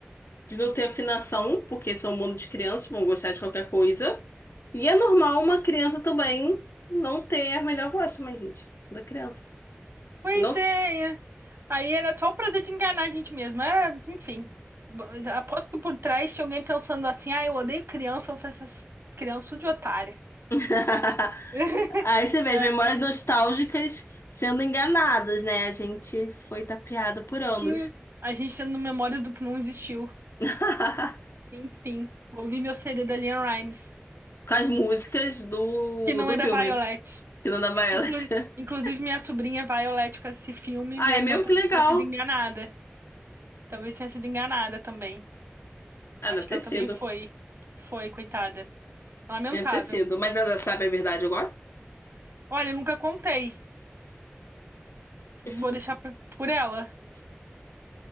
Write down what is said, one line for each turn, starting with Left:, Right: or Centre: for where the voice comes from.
Left: de não ter afinação, porque são um mundo de crianças, vão gostar de qualquer coisa. E é normal uma criança também não ter a melhor voz também, gente. Da criança.
Right: Pois
Left: Não...
Right: é. é. Aí era só o prazer de enganar a gente mesmo. Era, enfim. Bo- Aposto que por trás tinha alguém pensando assim: ah, eu odeio criança, eu vou fazer essas crianças tudo de otária.
Left: <laughs>
Right: <laughs>
Left: Aí você vê
Right: É.
Left: as memórias nostálgicas sendo enganadas, né? A gente foi tapeada por anos.
Right: Sim, a gente tendo memórias do que não existiu.
Left: <laughs>
Right: Enfim, ouvi meu CD da Liam Rimes,
Left: Com as músicas do,
Right: que não
Left: do
Right: é
Left: filme,
Right: da Violet.
Left: que não dava elas.
Right: Inclu-
Left: <laughs>
Right: inclusive, minha sobrinha Violet com esse filme,
Left: Ah,
Right: minha
Left: é
Right: irmã
Left: mesmo
Right: também
Left: que legal.
Right: tenha sido enganada. Talvez tenha sido enganada também.
Left: Ah,
Right: Acho
Left: deve ter
Right: que ela
Left: sido.
Right: também foi. Foi, coitada. Lamentável.
Left: Deve ter sido. Mas ela sabe a verdade agora?
Right: Olha, eu nunca contei.
Left: Es-
Right: Vou deixar p- por ela.